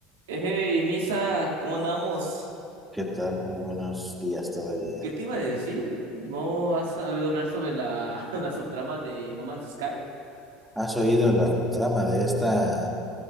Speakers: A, on the right; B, in the centre.
A: Hey, Misa, ¿cómo andamos?
B: ¿Qué tal? Muy buenos días todavía.
A: ¿Qué te iba a decir? ¿No has sabido hablar sobre la, <laughs> la subtrama de No Man's Sky?
B: ¿Has oído la trama de esta,